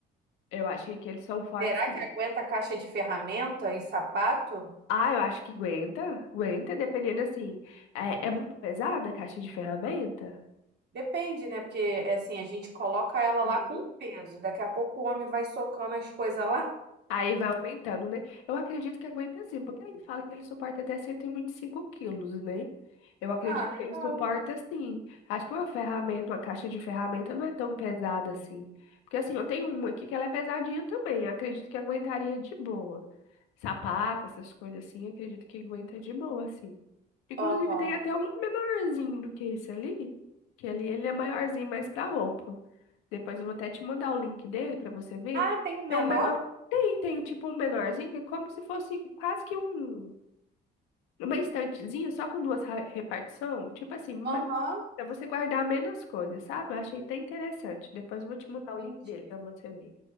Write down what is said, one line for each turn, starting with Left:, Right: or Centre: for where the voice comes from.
Left: Eu achei que eles são fortes,
Right: Será
Left: sim.
Right: que aguenta caixa de ferramenta e sapato?
Left: Ah, eu acho que aguenta. Aguenta, dependendo assim. É, é muito pesada a caixa de ferramenta.
Right: Depende, né? Porque, é assim, a gente coloca ela
Left: Uhum.
Right: lá com peso. Daqui a pouco o homem vai socando as coisas lá. <laughs>
Left: Aí vai aumentando, né? Eu acredito que aguenta sim, porque ele fala que ele suporta até 125 quilos, né? Eu acredito
Right: Ah, legal.
Left: que ele suporta sim. Acho que uma ferramenta, uma caixa de ferramenta não é tão pesada assim. Porque assim, eu tenho uma aqui que ela é pesadinha também. Eu acredito que aguentaria de boa. sapato, essas coisas assim, eu acredito que aguenta de boa, assim. Inclusive,
Right: Aham.
Left: tem até um menorzinho do que esse ali, que ali ele é maiorzinho mais pra roupa. Depois eu vou até te mandar o link dele pra você ver.
Right: Ah, tem um menor?
Left: Tem um menor, tem, tem tipo um menorzinho que é como se fosse quase que um uma estantezinha só com duas ra- repartição, tipo assim, men-
Right: Aham.
Left: pra você guardar menos coisas, sabe? Eu achei até interessante. Depois eu vou te
Right: Entendi.
Left: mandar o link dele pra você ver.